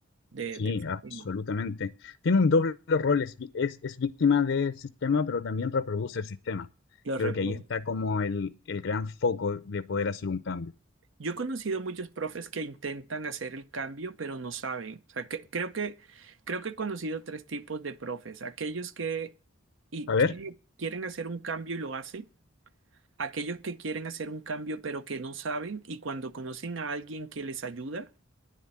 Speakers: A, on the right (about 70°); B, on the left (about 65°).
A: de-
B: Sí,
A: del sistema,
B: absolutamente. Tiene un doble rol, es, vi- es, es víctima del sistema, pero también reproduce el sistema.
A: lo
B: Creo
A: reproduce.
B: que ahí está como el, el gran foco de poder hacer un cambio.
A: Yo he conocido muchos profes que intentan hacer el cambio, pero no saben. O sea, que- creo que, creo que he conocido tres tipos de profes. Aquellos que, y,
B: A
A: que
B: ver,
A: quieren hacer un cambio y lo hacen. Aquellos que quieren hacer un cambio, pero que no saben. Y cuando conocen a alguien que les ayuda,